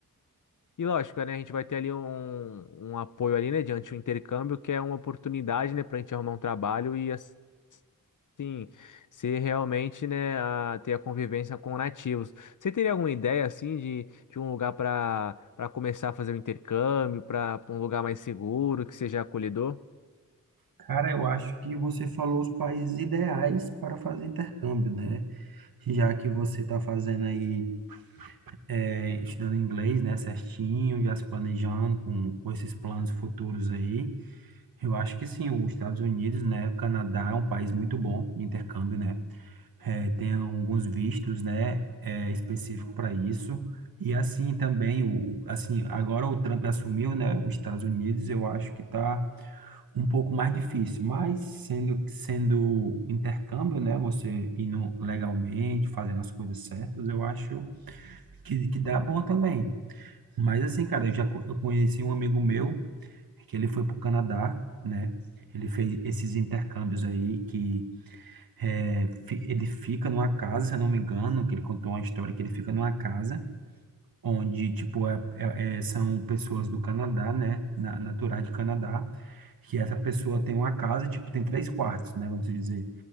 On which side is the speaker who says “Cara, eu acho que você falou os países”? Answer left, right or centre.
Right